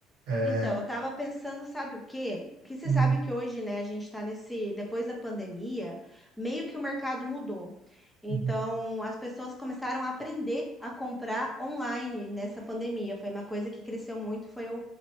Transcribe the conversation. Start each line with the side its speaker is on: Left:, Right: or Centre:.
Right: É,
Centre: Então, eu tava pensando, sabe o quê? Que você
Right: Hum.
Centre: sabe que hoje, né, a gente tá nesse, depois da pandemia, meio que o mercado mudou. Então,
Right: Uhum.
Centre: as pessoas começaram a aprender a comprar online nessa pandemia. Foi uma coisa que cresceu muito, foi o,